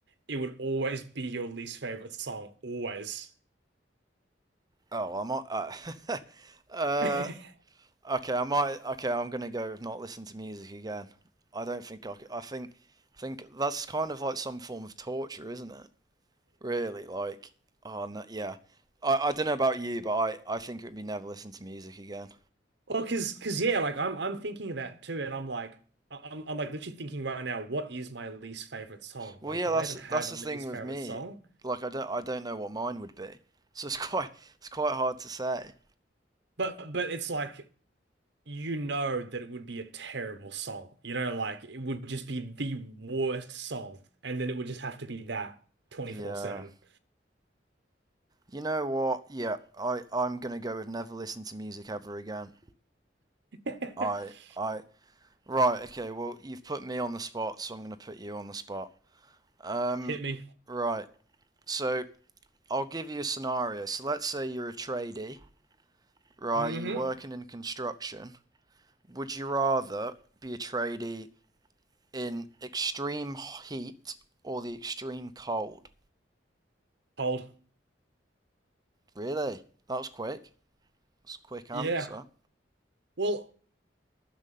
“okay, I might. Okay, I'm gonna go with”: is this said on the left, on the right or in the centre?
Right